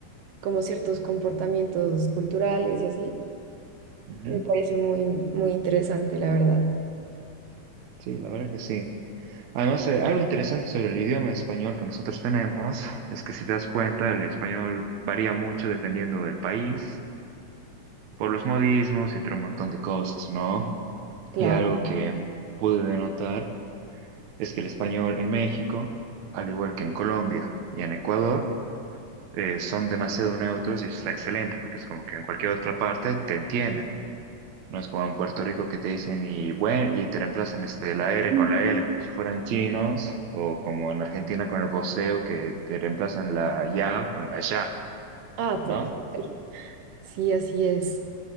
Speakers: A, on the right; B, on the right.
A: como ciertos comportamientos culturales y así.
B: Ujú.
A: Me parece muy, muy interesante, la verdad.
B: Sí, la verdad que sí. Además, eh, algo interesante sobre el idioma español que nosotros tenemos es que si te das cuenta, el español varía mucho dependiendo del país, por los modismos, entre un montón de cosas, ¿no?
A: Claro.
B: Y algo que pude denotar. es que el español en México, al igual que en Colombia y en Ecuador, eh, son demasiado neutros y eso está excelente, porque es como que en cualquier otra parte te entienden. No es como en Puerto Rico que te dicen y bueno, y te reemplazan este, la R
A: Mm.
B: con la L como si fueran chinos, o como en Argentina con el voceo que te reemplazan la ya con la ya,
A: Ah, total.
B: ¿no?
A: <laughs> Sí, así es.